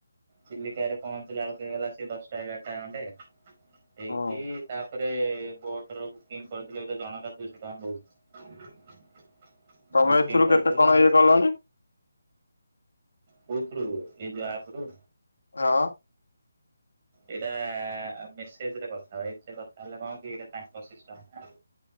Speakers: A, on the right; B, on the left.
A: ଚିଲିକା ରେ ପହଞ୍ଚିଲା ବେଳକୁ ଗଲା ସେ ଦଶଟା ଏଗାରଟା ଖଣ୍ଣ୍ଡେ ହେଇକି
B: ହଁ
A: ତା ତାପରେ ବୋଟର ବୁକିଂ କରିଥିଲେ ଏ ଜଣକା <unintelligible>
B: ତମେ
A: ବୁକିଂ
B: ଏଥିରୁ
A: କରିଥିଲା।
B: କେତେ କଣ ଇଏ କଲଣି?
A: କଉଥିରୁ ନିଜ ଆପ ରୁ
B: ହଁ,
A: ଏଇଟା ମେସେଜରେ କଥା ହେବା ଏଇଥିରେ କଥା ହେଲେ କଣ କି ଏଇଟା ତାଙ୍କ ସିଷ୍ଟମ୍ ଟା